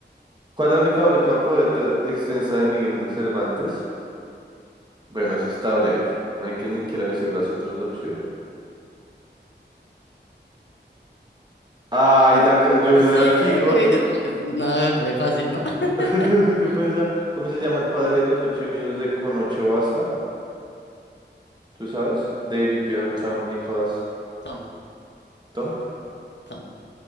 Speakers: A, on the right; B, on the left.
A: ¿Cuál es la única obra poeta extensa de Miguel de Cervantes? Bueno, eso está breve. No hay que ni quiera decir las otras opciones. Ay, la ca- yo
B: Sí,
A: no era el Quijote.
B: re- re- no, re fácil, ¿no?
A: <laughs>
B: <laughs>
A: Yo pensaba, ¿cómo se llama el padre de los ocho niños de Con ocho basta? ¿Tú sabes? David, John, Tom, Nicholas,
B: Tom,
A: Tom.
B: Tom,